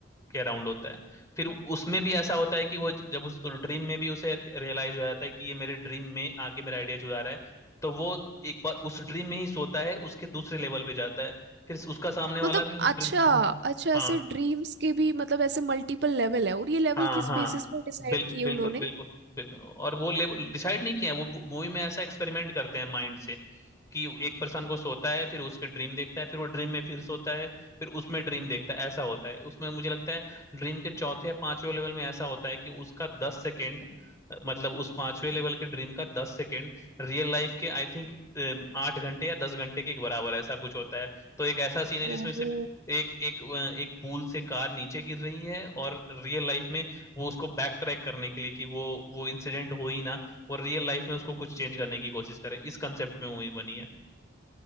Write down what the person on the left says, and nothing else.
के अराउंड होता है फिर उसमें भी ऐसा होता है कि वो ज- जब उस ड्रीम में भी उसे रियलाइज हो जाता है कि ये मेरे ड्रीम में आके मेरा आइडिया चुरा रहा है तो वो एक बार उस ड्रीम में ही सोता है उसके दूसरे लेवल पे जाता है फिर उसका सामने वाला
भी उस
ड्रीम हाँ
हाँ,
हाँ
हाँ
बिल्कुल
बिल्कुल
बिल्कुल बिल्कुल और वो लेवल डिसाइड नहीं किया है वो मूवी में ऐसा एक्सपेरिमेंट करते हैं माइंड से कि एक पर्सन को सोता है फिर उसके ड्रीम देखता है फिर वो ड्रीम में फिर सोता है फिर उसमें ड्रीम देखता है ऐसा होता है उसमें मुझे लगता है ड्रीम के चौथे या पांचवें लेवल में ऐसा होता है कि उसका दस सेकेंड मतलब उस पांचवें लेवल के ड्रीम का दस सेकेंड रियल लाइफ के आई थिंक आठ घंटे या दस घंटे के बराबर ऐसा कुछ होता है तो एक ऐसा सीन है जिसमें
से एक एक अ, एक पूल से कार नीचे गिर रही है और रियल लाइफ में वो उसको बैक ट्रैक करने के लिए कि वो वो इंसिडेंट हो ही ना और रियल लाइफ में उसको कुछ चेंज करने की कोशिश करे इस कंसेप्ट में मूवी बनी है